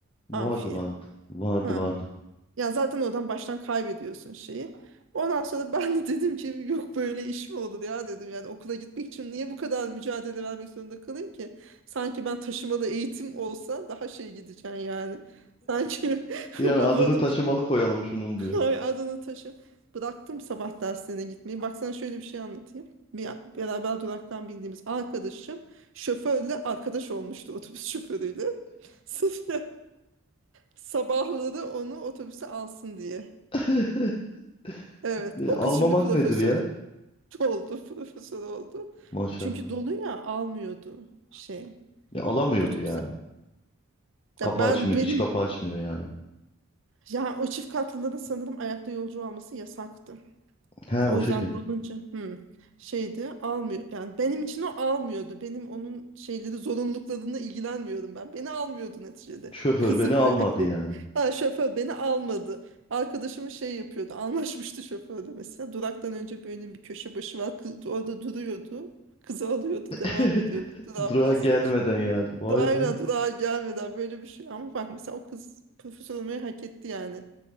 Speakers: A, on the left (about 25°); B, on the right (about 60°).
A: Vardı
B: amfiye.
A: vardı. Vardı
B: Ha.
A: vardı.
B: Ya zaten oradan baştan kaybediyorsun şeyi. Ondan sonra <laughs> ben de dedim ki yok böyle iş mi olur ya dedim. Yani okula gitmek için niye bu kadar mücadele vermek zorunda kalayım ki? Sanki ben taşımalı eğitim olsa daha şey gideceğim yani. Sanki
A: Yani
B: <laughs> babanın
A: adını taşımalı
B: bir
A: koyalım şunun diyor.
B: Ay Adana taşı. Bıraktım sabah derslerine gitmeyi. Baksana şöyle bir şey anlatayım. Bir beraber duraktan bindiğimiz arkadaşım şoförle arkadaş olmuştu otobüs şoförüyle. <laughs> Sırf sabahları onu otobüse alsın diye.
A: <laughs>
B: Evet,
A: Ya,
B: o
A: Almamak
B: kız şimdi profesör
A: nedir ya?
B: oldu, <laughs> profesör oldu.
A: Maşallah.
B: Çünkü dolu ya almıyordu şey.
A: Ya, alamıyordu
B: Otobüse.
A: yani.
B: Ya
A: Kapı
B: ben
A: açmıyor.
B: benim
A: Hiç kapı açmıyor yani.
B: ya o çift katlıların sanırım ayakta yolcu alması yasaktı.
A: He
B: O
A: o şekil.
B: yüzden dolunca hı, şeydi almıyor. Yani benim için o almıyordu. Benim onun şeyleri zorunluluklarına ilgilenmiyorum ben. Beni almıyordu neticede.
A: Şoför
B: Kızı
A: beni almadı
B: böyle <laughs>
A: yani.
B: ha, şoför beni almadı. arkadaşımı şey yapıyordu. Anlaşmıştı şoförle mesela. Duraktan önce böyle bir köşe başı var. Kız orada duruyordu. Kızı alıyordu. Devam
A: <laughs>
B: ediyordu. Durağa
A: Durağa
B: pas
A: gelmeden
B: geçiyor.
A: yani. Vay
B: Aynen
A: be.
B: durağa gelmeden böyle bir şey. Ama bak mesela o kız profesör olmayı hak etti yani.